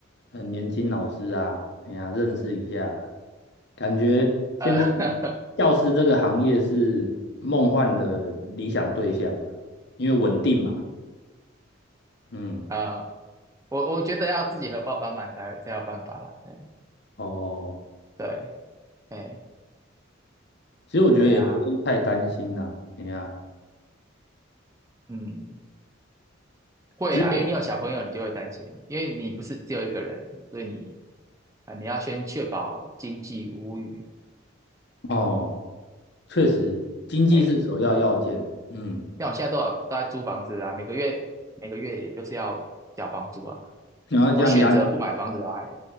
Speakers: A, on the left (about 60°); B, on the right (about 15°).
A: 很年轻老师啊，哎呀，认识一下。感觉现在
B: 呃，
A: 教师这个行业是梦幻的理想对象，因为稳定嘛。嗯，
B: <laughs> 呃，我我觉得要自己和爸爸买才才有办法啦，哎，
A: 哦，
B: 对，哎，
A: 其实我觉得也不用太担心啦。
B: 哎呀，
A: 哎呀，
B: 嗯，会啦，
A: 只是
B: 因为你有小朋友，你就会担心，因为你不是只有一个人，所以你啊、呃你要先确保经济无虞，
A: 哦，确实经济是首要要件。
B: 哎，
A: 嗯，
B: 像我现在多少都在租房子啊，每个月每个月也都是要缴房租啊。
A: 然后这样压力，
B: 我选择不买房子啊，哎